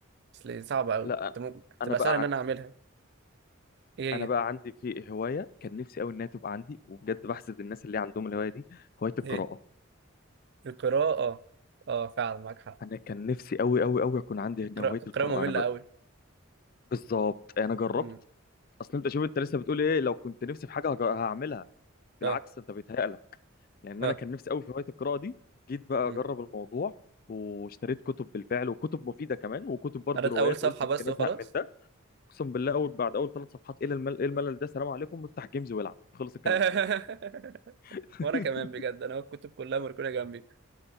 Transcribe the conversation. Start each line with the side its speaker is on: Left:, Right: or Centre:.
Right: أصل صعبة أوي
Left: لا
Right: أنت
Left: أنا
Right: ممكن
Left: أنا
Right: تبقى
Left: بقى
Right: سهل إن
Left: عندي
Right: أنا أعملها إيه
Left: أنا بقى
Right: هي؟
Left: عندي في هواية كان نفسي أوي إنها تبقى عندي وبجد بحسد الناس اللي عندهم الهواية دي هواية القراءة
Right: إيه؟ القراءة أه آه، فعلا معاك حق
Left: أنا كان نفسي أوي أوي أوي أكون عندي
Right: القراءة
Left: هنا هواية
Right: القراءة
Left: القراءة
Right: مملة
Left: أنا ب...
Right: أوي
Left: بالظبط أنا جربت
Right: أمم.
Left: أصل أنت شوف أنت لسه بتقول إيه لو كنت نفسي في حاجة هج- هعملها بالعكس
Right: أه
Left: أنت بيتهيألك لأن
Right: أه
Left: أنا كان نفسي أوي في هواية القراءة دي جيت بقى
Right: أمم.
Left: أجرب الموضوع واشتريت كتب بالفعل وكتب مفيدة كمان وكتب برضه
Right: قريت
Left: روايات
Right: أول صفحة
Left: قلت يمكن
Right: بس وخلاص
Left: أزهق من ده أقسم بالله أول بعد أول ثلاث صفحات إيه الملل إيه الملل ده سلام عليكم افتح جيمز والعب خلص الكلام
Right: <laughs>
Left: <laughs>
Right: وأنا كمان بجد أنا الكتب كلها مركونة جنبي